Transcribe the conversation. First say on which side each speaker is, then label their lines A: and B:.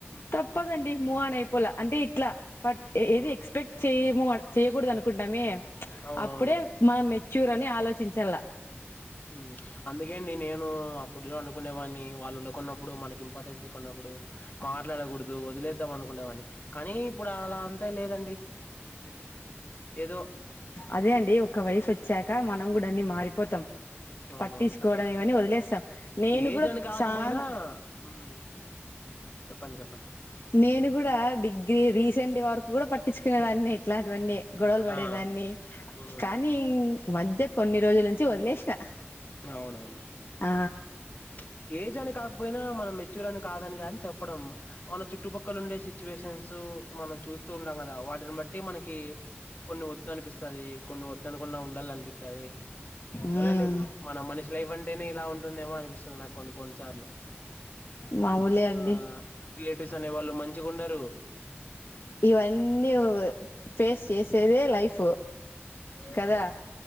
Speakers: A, on the left; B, on the left.
A: తప్పదండి మూవాన్ అయిపోలా అంటే ఇట్లా పట్ ఏ ఏది
B: ఉమ్
A: ఎక్స్పెక్ట్ చేయము చేయగూడదు అనుకుంటామే మ్చ్
B: అవునవును
A: అప్పుడే మనం మెచ్యూర్ అని ఆలోచించాలా
B: ఉమ్మ్ చ్ అందుకేండి నేనూ అప్పుడులో అనుకునే వాడ్ని వాళ్లు ఉన్నకున్నప్పుడు మనకి ఇంపార్టెన్స్ ఈకొన్నప్పుడు మాట్లాడగూడదు వదిలేద్దాం అనుకునే వాడిని కానీ ఇప్పుడు అలా అంతే లేదండి
A: కొ కో
B: ఏదో
A: అదే అండి ఒక్క వయసోచ్చాక మనం గూడ అన్ని మారిపోతాం
B: అవునవును
A: పట్టించుకోవడం ఇవన్నీ వదిలేస్తాం నేను
B: ఏజ్
A: కూడా
B: అని గాకపోయినా
A: చానా
B: ఉమ్మ్ చెప్పండి చెప్పండి
A: నేను గూడ డిగ్రీ రీసెంట్ వరకు గూడ పట్టించుకునే దాన్నే ఇట్లాంటివన్నీ గొడవలు బడేదాన్ని
B: ఆ అవునవునులే
A: కానీ మధ్య కొన్ని రోజుల నుంచి వదిలేసిన
B: అవునవును
A: ఆ
B: మ్చ్ ఏజ్ అ ని కాకపోయినా మనం మెచ్యూర్ అని కాదని గానీ చెప్పడం మా మన చుట్టుపక్కల ఉండే సిట్యుయేషన్సు మనం చూస్తూ ఉంటాం గదా వాటిని బట్టి మనకి కొన్ని వద్దు అనిపిస్తది కొన్ని వద్దనుకున్నా ఉండాలఅనిపిత్ తది ఎందో
A: మ్మ్
B: లేండి మన మనిషి లైఫ్ అంటేనే ఇలా ఉం టూదేమో అనిపిస్తుంది నాకు కొన్ని కొన్నిసార్లు
A: మామూలే అండి
B: ఆ ఆ రిలేటివ్స్ అనే వాళ్లు మంచిగుండరు
A: ఇవన్నీ ఒగ్ ఫేస్ చేసేదే లైఫ్ కదా
B: అవు